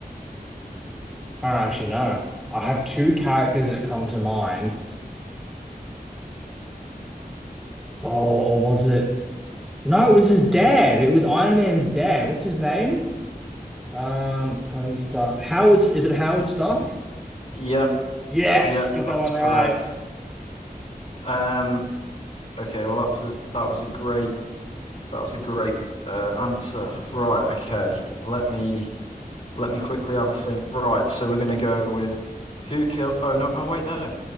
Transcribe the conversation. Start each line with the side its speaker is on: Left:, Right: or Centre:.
Centre: I don't actually know. I have two characters that come to mind. Oh, or was it? No, it was his dad. It was Iron Man's dad. What's his name? Um, Tony Stark. Howard, is it Howard Stark?
Left: Yep.
Centre: Yes,
Left: Yep.
Centre: got
Left: That
Centre: that one
Left: was correct.
Centre: right.
Left: Um. Okay. Well, that was a that was a great that was a great uh, answer. Right. Okay. Let me. Let me quickly have a think. Right, so we're going to go with who killed. Oh no! Oh wait, no.